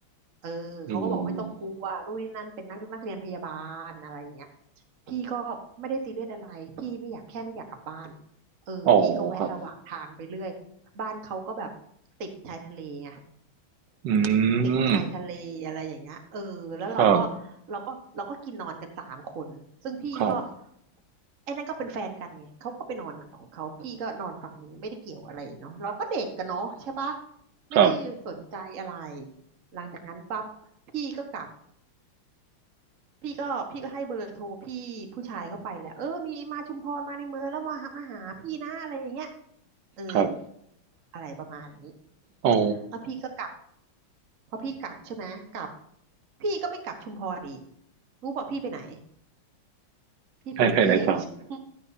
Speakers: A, on the right; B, on the right.
A: เออเขาก็บอกไม่ต้องกลัวนู่นนี่นั่นเป็นนักนักเรียนพยาบาลอะไรอย่างเงี้ย
B: อืม
A: พี่ก็ไม่ได้ซีเรียสอะไรพี่ไม่อยากแค่ไม่อยากกลับบ้าน เออพี่ก็แวะระหว่างทางไปเรื่อย
B: อ๋อครับ
A: บ้านเขาก็แบบติดชายทะเลไง
B: อื
A: ติดชายทะเลอะไรอย่างเงี้ยเออแล้วเราก็
B: มครับ
A: เราก็เราก็กินนอนกันสามคนซึ่งพี่ก็
B: ครับ
A: ไอ้นั่นก็เป็นแฟนกันไงเขาก็ไปนอนของเขาพี่ก็นอนฝั่งนี้ไม่ได้เกี่ยวอะไรเนาะเราก็เด็กกันเนาะใช่ปะไม่ได้สนใจอะไร
B: ครับ
A: หลังจากนั้นปั๊บพี่ก็กลับพี่ก็พี่ก็ให้เบอร์โทรพี่ผู้ชายเข้าไปแหละเออมีมาชุมพรมาในเมืองแล้วมาหามาหาพี่นะอะไรอย่างเงี้ย เออ
B: ครับ
A: อะไรประมาณนี้
B: อ๋อ
A: แล้วพี่ก็กลับพอพี่กลับใช่ไหมกลับพี่ก็ไม่กลับชุมพรอีกรู้ป่ะพี่ไปไหนพี่ไปกรุงเทพ
B: ให้ภายในจ
A: <laughs>